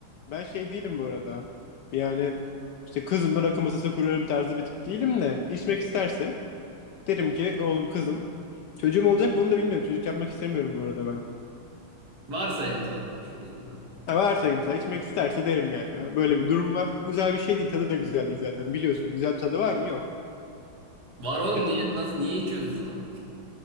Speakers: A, on the left; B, on the right.
A: Ben şey değilim bu arada. Yani işte kızımla rakı masası kurarım tarzı bir tip değilim de içmek isterse derim ki oğlum kızım çocuğum olacak mı onu da bilmiyorum. Çocuk yapmak istemiyorum bu arada ben.
B: Varsayımsal konuşuyoruz burada.
A: Ha varsayım sana içmek isterse derim yani. Böyle bir durum var. Güzel bir şey değil. Tadı da güzel değil zaten biliyorsun. Güzel bir tadı var mı? Yok.
B: Var oğlum
A: E, ko-
B: niye nasıl niye içiyoruz o zaman?